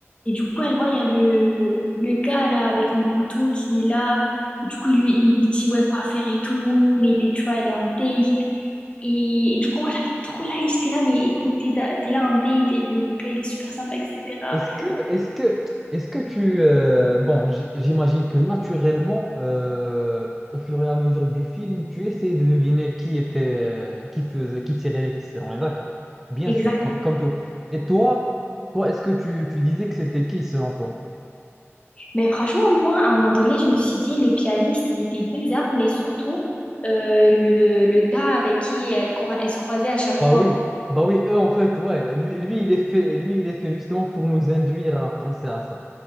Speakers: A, on the left (about 25°); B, in the centre.
A: Et du coup, elle voit, il y a le, le gars là avec le couteau qui est là. Et du coup, il lui, il lui dit, ouais, quoi faire et tout. Mais il est, tu vois, elle est en date. Et, et du coup, moi, j'avais trop là et j'étais là, mais écoute, t'es da- t'es là en date et le, le gars, il est super sympa, etc.
B: Est-ce que, est-ce que, est-ce que tu... euh, bon, j- j'imagine que naturellement, euh, au fur et à mesure du film, tu essayes de deviner qui était, euh, qui faisait, qui tirait les ficelles. On est d'accord. Bien
A: Exactement.
B: sûr, comme, comme tout. le monde. Et toi, toi, est-ce que tu, tu disais que c'était qui selon toi?
A: Mais franchement, moi, à un moment donné, je me suis dit, le pianiste, il était bizarre, mais surtout, euh, le, le gars avec qui elle, croi- elle se croisait à chaque
B: Bah
A: fois.
B: oui, bah oui, eux en fait, ouais. Lui, lui, il est fait, lui, il est fait justement pour nous induire à penser à ça.